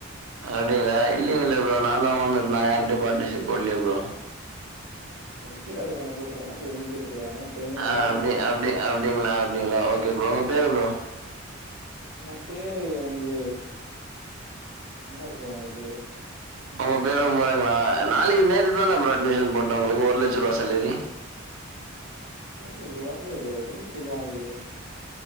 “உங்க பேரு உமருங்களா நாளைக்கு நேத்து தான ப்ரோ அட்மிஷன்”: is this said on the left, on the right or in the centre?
Right